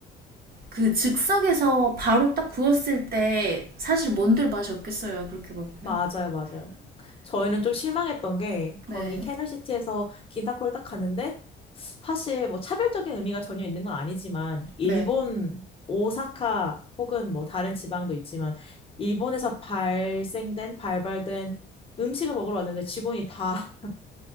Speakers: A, on the right; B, on the left.
A: 그 즉석에서 바로 딱 구웠을 때 사실 뭔들 맛이 없겠어요. 그렇게 먹으면.
B: 맞아요, 맞아요. 저희는 좀 실망했던 게, 거기
A: 네.
B: 캐널시티에서 긴타코를 딱 갔는데, 사실 뭐 차별적인 의미가 전혀 있는 건 아니지만 일본
A: 네.
B: 오사카 혹은 뭐 다른 지방도 있지만 일본에서 발생된 발발된 음식을 먹으러 왔는데 직원이 다 <laughs>